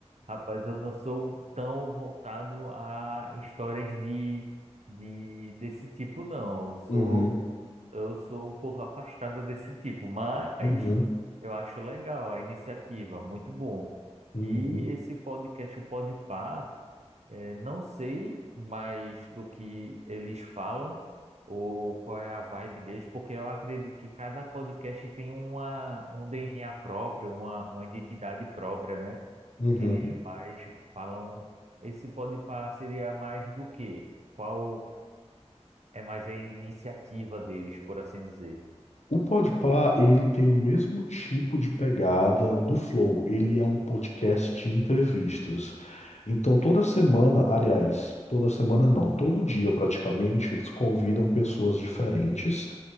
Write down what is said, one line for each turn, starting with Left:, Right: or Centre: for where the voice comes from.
Right: Rapaz, eu não sou tão voltado a histórias de, de desse tipo, não. Eu sou,
Left: Uhum.
Right: eu sou um pouco afastado desse tipo, mas
Left: Uhum.
Right: eu acho legal a iniciativa, muito bom.
Left: Uhum.
Right: E esse podcast, o Podpah. É, não sei mais do que eles falam ou qual é a vibe deles, porque eu acredito que cada podcast tem uma, um DNA próprio, uma, uma identidade própria, né?
Left: Uhum.
Right: Que eles mais falam. Esse podpar seria mais do quê? Qual é mais a iniciativa deles, por assim dizer?
Left: O Podpah, ele tem o mesmo tipo de pegada do Flow. Ele é um podcast de entrevistas. Então, toda semana, aliás, toda semana não, todo dia praticamente, eles convidam pessoas diferentes